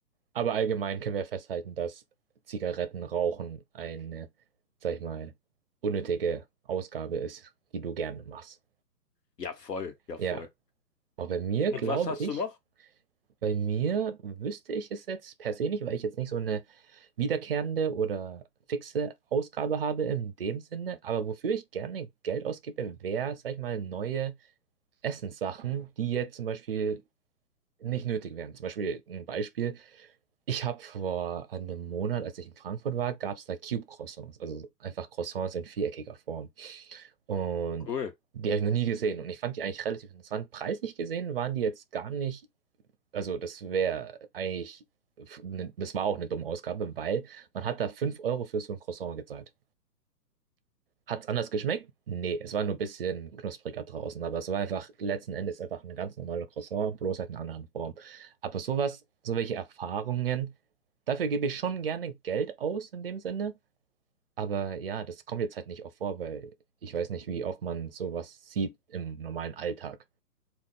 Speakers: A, on the right; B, on the left.
A: Aber allgemein können wir festhalten, dass Zigarettenrauchen eine, sag ich mal, unnötige Ausgabe ist, die du gerne machst.
B: Ja, voll, ja,
A: Ja.
B: voll.
A: Aber bei mir
B: Und
A: glaube
B: was hast
A: ich,
B: du noch?
A: bei mir wüsste ich es jetzt per se nicht, weil ich jetzt nicht so eine wiederkehrende oder fixe Ausgabe habe in dem Sinne. Aber wofür ich gerne Geld ausgebe, wäre, sag ich mal, neue Essenssachen, die jetzt zum Beispiel nicht nötig wären. Zum Beispiel ein Beispiel. Ich habe vor einem Monat, als ich in Frankfurt war, gab es da Cube-Croissants, also einfach Croissants in viereckiger Form. Und
B: Cool.
A: die habe ich noch nie gesehen und ich fand die eigentlich relativ interessant. Preislich gesehen waren die jetzt gar nicht, also das wäre eigentlich, das war auch eine dumme Ausgabe, weil man hat da 5 Euro für so ein Croissant gezahlt. Hat's anders geschmeckt? Nee, es war nur ein bisschen knuspriger draußen, aber es war einfach letzten Endes einfach ein ganz normaler Croissant, bloß halt in einer anderen Form. Aber sowas, so welche Erfahrungen, dafür gebe ich schon gerne Geld aus in dem Sinne, aber ja, das kommt jetzt halt nicht oft vor, weil ich weiß nicht, wie oft man sowas sieht im normalen Alltag.